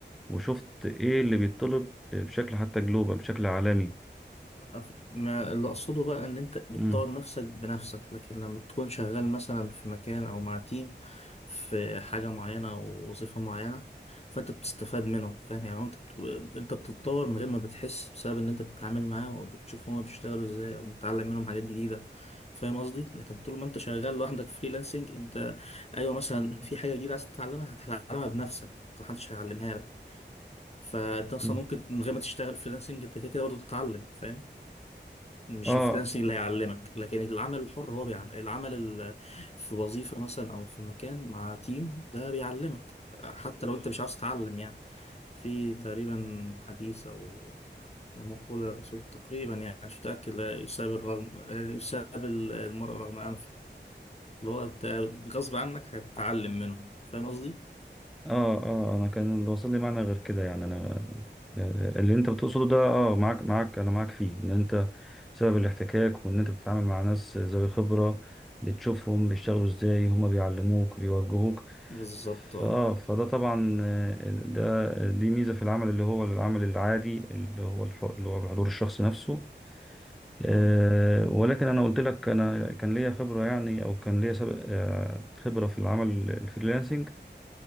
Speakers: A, in the centre; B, on the left.
A: وشفت إيه اللي بيتطلب بشكل حتى جلوبال بشكل عالمي
B: أف- ما اللي أقصده بقى إن أنت بتطور
A: مم.
B: نفسك بنفسك لكن لما تكون شغال مثلا في مكان أو مع تيم في حاجة معينة أو وظيفة معينة فأنت بتستفاد منه فاهم يعني أنت بت... أنت بتتطور من غير ما بتحس بسبب إن أنت بتتعامل معاه أو بتشوف هما بيشتغلوا إزاي أو بتتعلم منهم حاجات جديدة فاهم قصدي؟ لكن طول ما أنت شغال لوحدك فريلانسنج أنت أيوه مثلا في حاجة جديدة عايز تتعلمها هتتعلمها بنفسك محدش هيعلمها لك فانت اصلا
A: مم.
B: ممكن من غير ما تشتغل فريلانسنج انت كده كده برضه تتعلم فاهم مش
A: آه
B: الفريلانسنج اللي هيعلمك لكن العمل الحر هو بيعلم العمل ال- في وظيفة مثلا او في مكان مع تيم ده بيعلمك حتى لو انت مش عاوز تتعلم يعني في تقريبا حديث او أو مقولة الرسول تقريبا يعني مش متأكد لا يساب الرغم يساب المرء رغم أنفه اللي هو أنت غصب عنك هتتعلم منهم فاهم قصدي؟
A: اه اه انا كان اللي واصل لي معنى غير كده يعني انا اللي انت بتقصده ده اه معاك معاك انا معاك فيه ان انت بسبب الاحتكاك وان انت بتتعامل مع ناس ذوي خبرة بتشوفهم بيشتغلوا ازاي هما بيعلموك بيوجهوك
B: بالظبط اه
A: فاه فده طبعا آه، ده دي ميزة في العمل اللي هو العمل العادي اللي هو الح- اللي هو بحضور الشخص نفسه آه،
B: آه.
A: ولكن انا قلت لك انا كان ليا خبرة يعني او كان ليا سبق آه، خبرة في العمل الفريلانسنج